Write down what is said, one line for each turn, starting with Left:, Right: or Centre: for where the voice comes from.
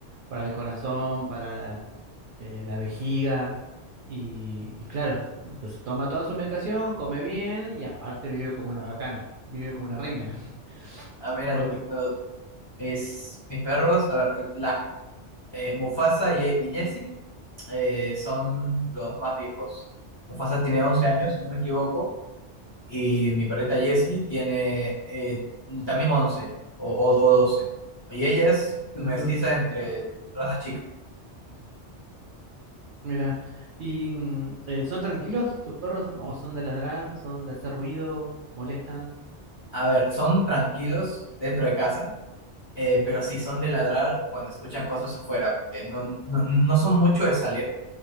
Right: para el corazón, para la, eh, la vejiga, y, y claro, entonces toma toda su medicación, come bien, y aparte vive como una bacana, vive como una reina. <laughs>
Left: Ah, mira,
Right: Porque,
Left: no- no, mis, mis perros, a ver, la, eh, Mufasa y, y Jessie eh, son los más viejos. Mufasa tiene 11 años, si no me equivoco, y mi perrita Jessie tiene eh, también 11 o, o- o 12. Y ella es mestiza entre todas las chicas.
Right: mira, y, mm, eh, ¿son tranquilos tus perros o no? ¿O son de ladrar? ¿Son de hacer ruido? ¿Molestan?
Left: A ver, son tranquilos dentro de casa, eh, pero sí son de ladrar cuando escuchan cosas afuera, porque no, no, no son mucho de salir.